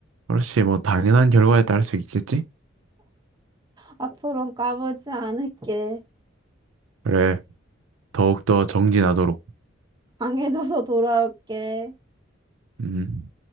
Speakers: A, on the right; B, on the right.
A: 그렇지 뭐 당연한 결과에 따를 수 있겠지?
B: 앞으로는 까불지 않을게.
A: 그래, 더욱더 정진하도록.
B: 강해져서 돌아올게.
A: 음.